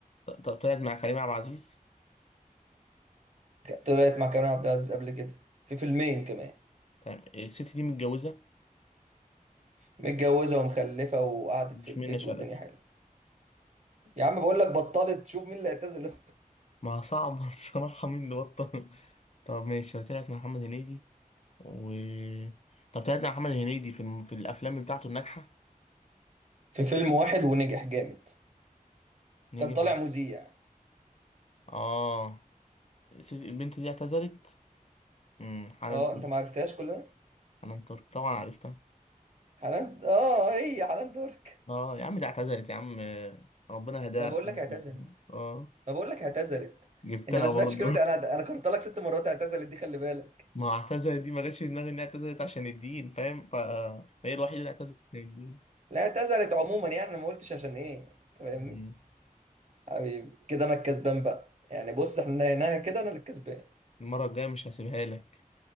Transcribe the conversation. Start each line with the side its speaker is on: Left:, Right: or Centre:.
Left: ط- طب طلعت مع كريم عبد العزيز
Right: طلعت مع كريم عبد العزيز قبل كده في فيلمين كمان
Left: تمام الست دي متجوزة
Right: متجوزة ومخلفة وقعدت
Left: مش
Right: في البيت
Left: منة شلبي
Right: والدنيا حلوة يا عم بقول لك بطلت شوف مين اللي اعتزل
Left: ما صعب <laughs> الصراحة مين اللي بطل طب ماشي طلعت مع محمد هنيدي و طب طلعت مع محمد هنيدي في الم... في الأفلام بتاعته الناجحة
Right: <laughs> في فيلم واحد ونجح جامد
Left: نجح
Right: كان طالع مذيع
Left: اه سيدي- البنت دي اعتذرت امم حنان
Right: اه
Left: ترك
Right: انت ما عرفتهاش كلها
Left: حنان ترك طبعا عرفتها
Right: حنان اه هي حنان ترك
Left: اه يا عم دي اعتذرت يا عم ربنا هداها
Right: ما بقول
Left: الحمد
Right: لك اعتزلت
Left: لله اه
Right: ما بقول لك اعتزلت
Left: جبتها
Right: انت ما سمعتش
Left: برضه
Right: كلمة انا انا كررت لك ست مرات اعتزلت دي خلي بالك
Left: <laughs> ما هو اعتذرت دي ما جاتش في دماغي انها اعتذرت عشان الدين فاهم فهي الوحيده اللي اعتزلت عشان الدين
Right: لا اعتزلت عموما يعني انا ما قلتش عشان ايه انت فاهمني
Left: مم.
Right: حبيبي كده انا الكسبان بقى يعني بص احنا هنا كده انا اللي الكسبان
Left: المره الجايه مش هسيبها لك